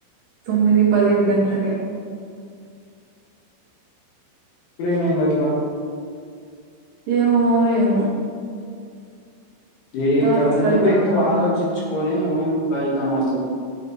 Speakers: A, on the right; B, on the left.
A: తొమ్మిది పది గంట్లకే
B: ఇప్పుడేమైంది అట్లా
A: ఏమో ఏమో
B: ఏం
A: టార్చర్
B: కాదు నువ్వే
A: అయితాంది
B: ఎక్కువ
A: నాకు
B: ఆలోచించుకొని నువ్వు ఇట్లా అయితన్నావు అసలు